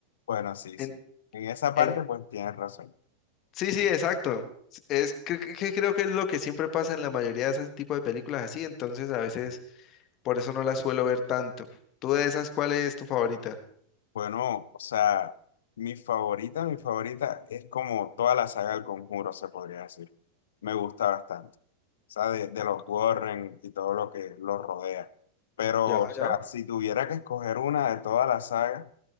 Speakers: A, on the left; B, on the left.
A: Bueno, sí,
B: En-
A: sí. En esa
B: en-
A: parte pues tienes razón.
B: sí, sí, exacto. Es que, que- que creo que es lo que siempre pasa en la mayoría de ese tipo de películas así, entonces a veces Por eso no la suelo ver tanto. ¿Tú de esas cuál es tu favorita?
A: Bueno, o sea, mi favorita, mi favorita es como toda la saga del Conjuro, se podría decir. Me gusta bastante. O sea, de, de
B: Oh,
A: los Warren y todo lo que los rodea. Pero,
B: Ya,
A: o sea,
B: ya.
A: si tuviera que escoger una de toda la saga,